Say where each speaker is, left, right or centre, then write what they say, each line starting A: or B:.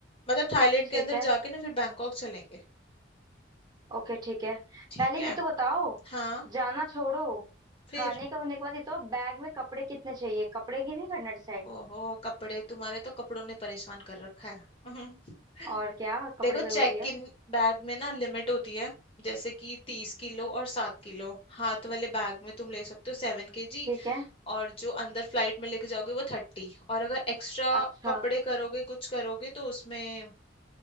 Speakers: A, on the left; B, on the right.
A: मतलब थाईलैंड
B: ठीक
A: के अंदर
B: है
A: जाके ना फिर बैंकॉक चलेंगे
B: ओके ठीक है
A: ठीक
B: पहले
A: है
B: ये तो बताओ
A: हाँ
B: जाना छोड़ो
A: फिर
B: खाने का होने के बाद ये तो बैग में कपड़े कितने चाहिए कपड़े की नहीं करना डिसाइड
A: ओहो कपड़े तुम्हारे तो कपड़ों ने परेशान कर रखा है <laughs>
B: और क्या कपड़े
A: देखो
B: जरूरी
A: चेक
B: है
A: इन बैग में ना लिमिट होती है जैसे कि तीस किलो और सात किलो हाथ वाले बैग में तुम ले सकते हो सेवन केजी
B: ठीक है
A: और जो अंदर फ्लाइट में लेके जाओगे वो थर्टी और अगर एक्स्ट्रा
B: अच्छा
A: कपड़े करोगे कुछ करोगे तो उसमें